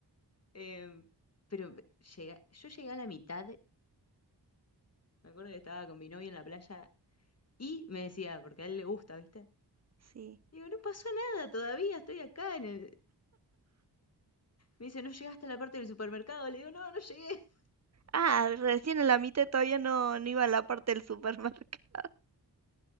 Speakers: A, on the left; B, on the right.
A: Eh, pero llega, yo llegué a la mitad, eh, me acuerdo que estaba con mi novio en la playa y me decía, porque a él le gusta, ¿viste?
B: sí.
A: Digo, no pasó nada todavía, estoy acá en el... Me dice, ¿no llegaste a la parte del supermercado? Le digo, no, no llegué. <laughs>
B: Ah, recién en la mitad todavía no, no iba a la parte del supermercado. <laughs>